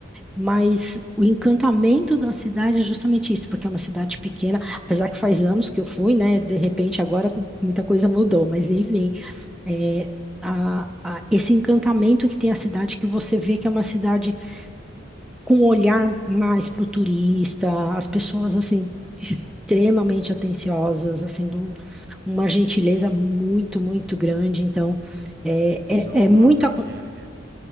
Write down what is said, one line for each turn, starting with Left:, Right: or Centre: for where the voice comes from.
Centre: mas o encantamento da cidade é justamente isso, porque é uma cidade pequena, apesar que faz anos que eu fui, né, de repente agora muita coisa mudou, mas enfim, é, a- a- esse encantamento que tem a cidade, que você vê que é uma cidade com um olhar mais para o turista, as pessoas assim extremamente atenciosas, assim, de um- uma gentileza muito, muito grande. Então, é,
Right: Essa
Centre: é,
Right: é uma
Centre: é muito,
Right: vantagem
Centre: aco-
Right: ali. É,